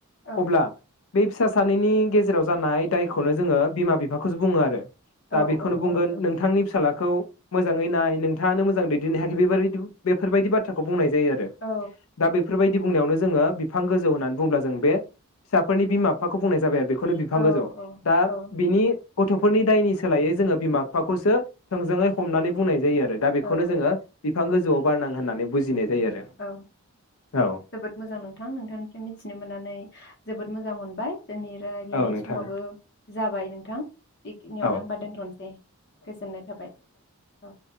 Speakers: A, on the left; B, on the left.
A: औ
B: अब्ला बे फिसा सानैनि गेजेराव जानाय दायखौनो जोङो बिमा बिफाखौसो बुङो आरो दा
A: औ
B: बेखौनो
A: औ नंगौ
B: बुंगोन
A: नोंथां
B: नोंथांनि फिसाला खौ मोजाङै नाय नोंथाङानो मोजां दैदेननो हायाखै बे बेफोरबायदि बाथ्राखौ बुंनाय जायो आरो
A: औ
B: दा बेफोरबायदि बुंनायावनो जों जोङो बिफां गोजौ होननानै बुंब्ला जों बे फिसाफोरनि बिमा बिफाखौ बुंनाय जाबाय बे खौनो बिफां
A: औ
B: गोजौ दा
A: औ
B: बिनि गथ दायनि सोलायै जोङो बिमा बिफाखौसो थोंजोङै हमनानै बुंनाय जायो आरो दा बेखौनो
A: औ
B: जोङो बिफां गोौआव बारनां होननानै बुजिनाय जायो आरो
A: औ
B: औ
A: जोबोद मोजां नोंथां नोंथांनिफ्राय मिथिनो मोननानै जोबोद मोजां मोनदों बाय जोंनि रायज्लायनायनि
B: औ नोंथां
A: समाबो जाबाय नोंथां बेखिनियावनो
B: औ
A: होमबा दोन्थनोसै गोजोननाय थाबाय औ